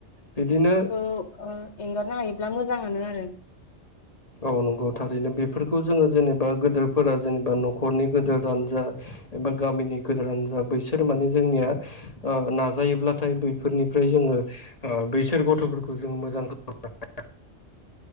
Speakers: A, on the left; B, on the left.
A: बिदिनो
B: औ ओ एंगारनो हायोब्ला मोजाङानो आरो।
A: औ नंगौ थारैनो बेफोरखौ जोङो जेनेबा गोदोरफोरा जेनेबा नखरनि गोदोर रानजा। एबा गामिनि गोदोरानो जा बैसोर माने जोंनिया। ओ-नाजायोब्लाथाय बैफोरनिफ्राय जोङो ओ बैसोर गथफोरखौ जों मोजां खा <unintelligible>